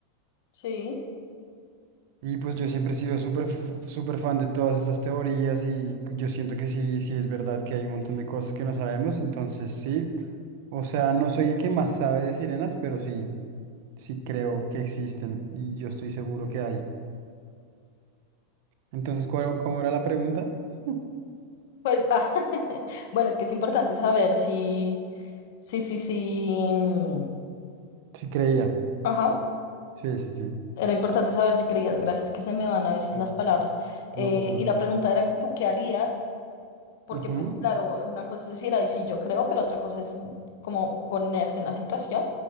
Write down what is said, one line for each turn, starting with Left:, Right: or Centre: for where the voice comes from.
Left: sí.
Right: Y pues yo siempre he sido súper, f- súper fan de todas estas teorías y yo siento que sí, sí es verdad que hay un montón de cosas que no sabemos, entonces sí, o sea, no soy el que más sabe de sirenas, pero sí, sí creo que existen y yo estoy seguro que hay. Entonces, ¿cuál- ¿cómo era la pregunta? <laughs>
Left: Pues, ah, <laughs> bueno, es que es importante saber si, sí, sí, sí. mm,
Right: Sí creía,
Left: Ajá.
Right: sí, sí, sí,
Left: Era importante saber si creías, gracias que se me van a veces
Right: Pero
Left: las palabras. Eh,
Right: no pasa nada.
Left: y la pregunta era que tú, ¿qué harías? Porque
Right: Ujú,
Left: pues claro, una cosa es decir, ay, sí, yo creo, pero otra cosa es como ponerse en la situación